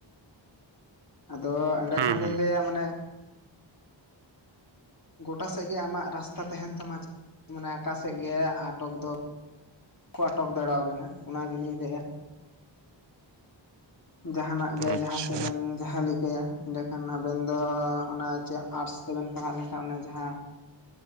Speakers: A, on the left; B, on the right.
A: ᱟᱫᱚ ᱮᱸᱰᱮ
B: ᱦᱩᱸ
A: ᱠᱷᱟᱱᱞᱤᱧ
B: ᱦᱩᱸ
A: ᱞᱟᱹᱭᱟ ᱢᱟᱱᱮ ᱜᱚᱴᱟ ᱥᱮᱫ ᱜᱮ ᱟᱢᱟᱜ ᱨᱟᱥᱛᱟ ᱛᱟᱦᱮᱱ ᱛᱟᱢᱟ ᱢᱟᱱᱮ ᱟᱠᱟ ᱥᱮᱫ ᱜᱮ ᱟᱴᱚᱠ ᱫᱚ ᱠᱚ ᱟᱴᱚᱠ ᱫᱟᱲᱮᱣᱟᱵᱮᱱᱟ ᱚᱱᱟ ᱜᱮᱞᱤᱧ ᱞᱟᱹᱭᱟ- ᱡᱟᱦᱟᱱᱟᱜ ᱜᱮ
B: ᱟᱪᱪᱷᱟ
A: ᱡᱟᱦᱟᱸ ᱥᱮᱫ ᱵᱮᱱ ᱡᱟᱦᱟᱸ ᱞᱮᱠᱟᱹᱭᱟ ᱮᱸᱰᱮᱠᱷᱟᱱ ᱟᱵᱮᱱ ᱫᱚ ᱚᱱᱟ ᱡᱟ ᱟᱨᱴᱥ ᱛᱮᱵᱮᱱ ᱯᱟᱲᱦᱟᱜ ᱞᱮᱱᱠᱷᱟᱱ ᱚᱱᱮ ᱡᱟᱦᱟᱸ